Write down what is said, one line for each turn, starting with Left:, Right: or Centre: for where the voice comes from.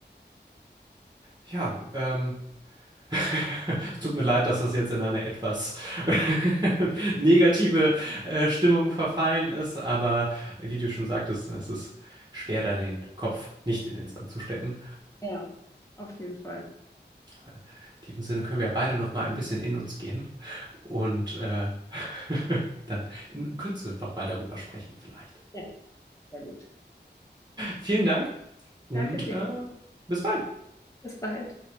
Right: Ja, ähm, <laughs> es tut mir leid, dass das jetzt in eine etwas <laughs> negative äh, Stimmung verfallen ist, aber wie du schon sagtest, ne, es ist schwer, da den Kopf nicht in den Sand zu stecken.
Left: Ja, auf jeden Fall.
Right: In diesem Sinne können wir ja beide noch mal ein bisschen in uns gehen und äh, <laughs> dann in Kürze noch mal darüber sprechen vielleicht.
Left: Ja, sehr gut.
Right: Vielen Dank und
Left: Danke dir.
Right: äh, bis bald.
Left: Bis bald.